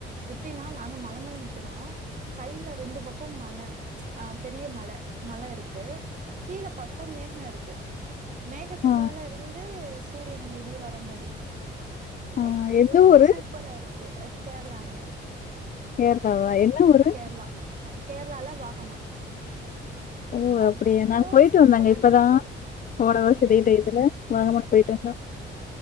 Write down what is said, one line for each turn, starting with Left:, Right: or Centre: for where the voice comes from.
Right: எப்டின்னா நாங்க மலமேல நிக்கிறோ சைட்ல ரெண்டு பக்கம் மல ஆ பெரிய மல மலருக்கு கீழே பாத்தா மேகோருக்கு மேகத்துக்குள்ளருந்து
Left: ஆ
Right: சூரியன் வெளியே வர மாரி
Left: ஆ
Right: அவ்ளோ
Left: எந்த ஊரு
Right: சூப்பராருக்கு அ கேரளாங்க
Left: கேரளாவா என்ன ஊரு
Right: கேரளா அ கேரளால்ல வாகமான்
Left: ஓ
Right: அவ்ளோ
Left: அப்பிடியா நாங்க போயிட்டு
Right: சூப்பரா
Left: வந்தோங்க இப்பதா
Right: இருந்துச்சு
Left: போன வருஷோ
Right: ம்
Left: இதே டையத்துல வாகமான் போயிட்டு வந்தோ